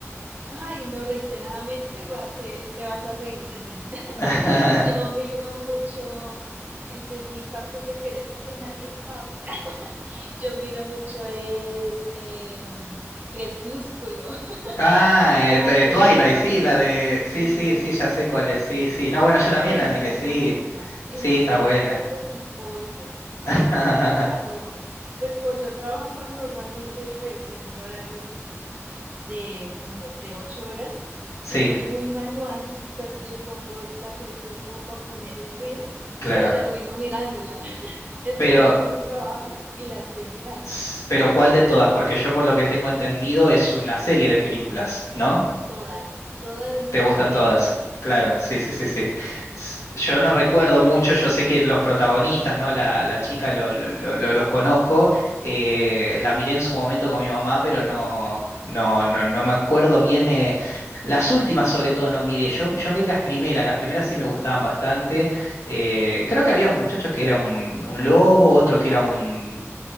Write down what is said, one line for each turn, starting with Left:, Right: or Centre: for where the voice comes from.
Right: Ay, no, reiteradamente va a ser, te vas a reír de mí. <laughs>
Left: <laughs>
Right: Yo miro mucho, esta es mi parte secreta que nadie sabe. Yo miro mucho es eh, Crepúsculo,
Left: Ah,
Right: <laughs>
Left: eh,
Right: la
Left: te-
Right: de
Left: Twilight,
Right: los vampiros.
Left: sí, la de... Sí,
Right: Sí,
Left: sí, sí, ya sé cuál es, sí, sí. No, bueno, yo también
Right: Me
Left: la
Right: encanta,
Left: miré, sí.
Right: es
Left: Sí, está
Right: mi
Left: buena.
Right: gusto culposo.
Left: <laughs>
Right: Me encanta cuando, pues como yo trabajo normalmente pues en un horario de como de ocho horas
Left: Sí,
Right: y es muy manual, entonces yo pongo la película como para poner el ruido,
Left: claro.
Right: pero termino mirándola. <laughs> Es
Left: Pero...
Right: como hago mi trabajo y la estoy mirando.
Left: S- Pero ¿cuál de todas? Porque yo por lo que tengo entendido es una serie de películas, ¿no?
Right: Todas, todas me
Left: ¿Te
Right: las
Left: gustan
Right: veo.
Left: todas? Claro, sí, sí,
Right: Sí,
Left: sí, sí. S- Yo no recuerdo mucho, yo sé que los protagonistas, ¿no? La, la chica, lo, lo- lo- lo- los conozco, eh, la miré en su momento con mi mamá, pero no, no, no, no me acuerdo bien. eh, Las últimas sobre todo no miré, yo, yo miré las primeras, las primeras sí me gustaban bastante. eh, creo que había un muchacho que era un, un lobo, otro que era un